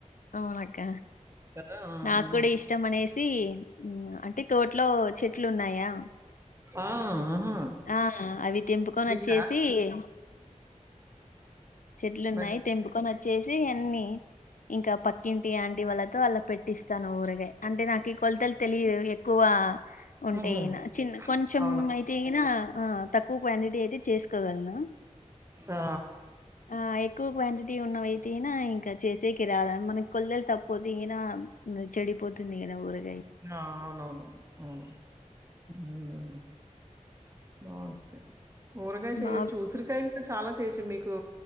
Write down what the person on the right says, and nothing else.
కదా! ఆ!
ఆ!
ఆ! ఆహా!
మీకా?
మరి
హుహు.
అవును.
ఆ!
ఆ అవునవును అవును బంత ఊరగాయ చేయొచ్చు
ఉసిరికాయలు చాలా చేయచ్చు మీకు